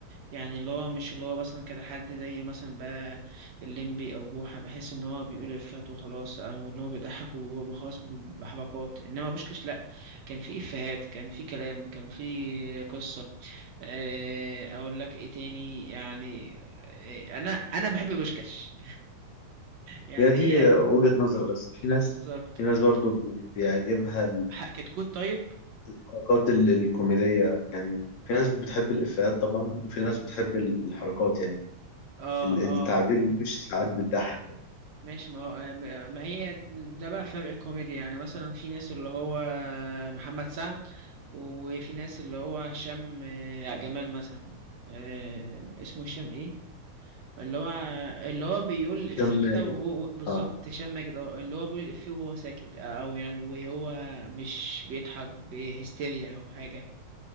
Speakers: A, on the right; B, on the left.
A: يعني اللي هو مش اللي هو مثلا كده حد زي مثلا بقى الليمبي او بوحة بحس ان هو بيقول افيهات وخلاص او اللي هو بيضحك وهو خلاص ب- بحبكات انما بوشكش لا كان في افيهات كان في كلام كان في قصة آه، اقول لك ايه تاني يعني آه، انا انا بحب بوشكش يعني
B: هي دي
A: هي
B: وجهة نظر بس في ناس
A: بالظبط
B: في ناس برضو بي- بيعجبها
A: ح- كتكوت طيب
B: الحركات ال- الكوميدية يعني في ناس بتحب الإفيهات طبعا وفي ناس بتحب الحركات يعني
A: اه
B: ال- التعبير
A: آه.
B: الوش ساعات بتضحك
A: ماشي ما هو ما هي ده بقى فرق الكوميديا يعني مثلا في ناس اللي هو محمد سعد وفي ناس اللي هو هشام آه، جمال مثلا آه، اسمه هشام ايه اللي هو اللي هو بيقول الإفيه
B: هشام
A: كده
B: ماجد
A: وهو بالظبط
B: اه
A: هشام ماجد اه اللي هو بيقول الإفيه وهو ساكت او يعني وهو مش بيضحك بهستيريا او حاجة